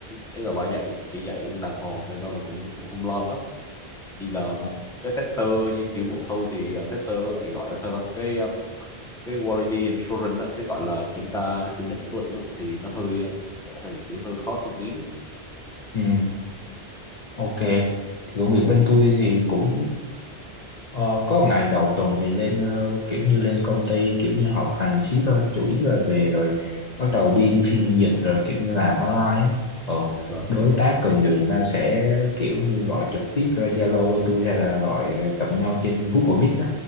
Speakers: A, in the centre; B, on the left.
A: ấy là bà dạy chỉ dạy cũng đàng hoàng nên đó là cũng cũng không lo lắm chỉ là
B: Ờ,
A: cái tester như kiểu bọn tôi thì ờ, tester lại gọi là sao ta cái ờ, cái quality assurance á, cái gọi là kiểm tra kiểm định chất lượng á, thì nó hơi um, sao nhỉ? kiểu hơi khó thăng tiến á.
B: Ừm, ok thì công việc bên tôi thì cũng Ờ, có ngày đầu tuần thì lên ờ, kiểu như lên công ty kiểu như họp hành xíu thôi chủ yếu là về rồi bắt đầu biên phiên dịch rồi kiểu như làm online á ờ,
A: Ờ,
B: đối tác cần
A: phiên
B: gì
A: dịch
B: người ta sẽ kiểu như gọi trực tiếp ra Zalo cho tôi hay là gọi ờ, gặp nhau trên Google Meet á